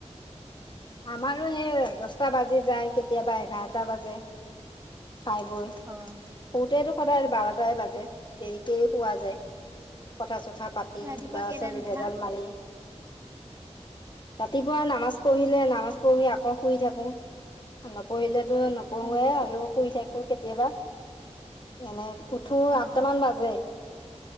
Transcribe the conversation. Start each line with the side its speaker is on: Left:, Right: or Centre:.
Left: আমাৰো এই দছটা বাজি যায় কেতিয়াবা এঘাৰটা বাজে। খাই বৈ
Right: অ',
Left: শুওতেতো সদায় বাৰটাই বাজে দেৰিকেই শুৱা যায়। কথা চথা পাতি,
Right: ৰাতিপুৱা
Left: ল'ৰা
Right: কেইটাত
Left: ছোৱালী
Right: উঠা?
Left: ভেজাল মাৰি। ৰাতিপুৱা নামাজ পঢ়ি ছিলে নামাজ পঢ়ি আকৌ শুই থাকে, নপঢ়িলেতো নপঢ়োৱে
Right: অ',
Left: আৰু শুই থাক কেতিয়াবা এনে উঠো
Right: অ'।
Left: আঠটামান বাজে।